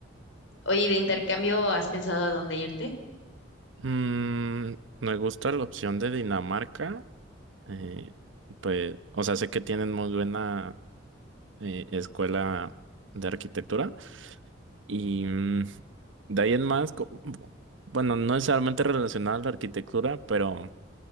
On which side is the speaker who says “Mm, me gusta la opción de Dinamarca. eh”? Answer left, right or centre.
Right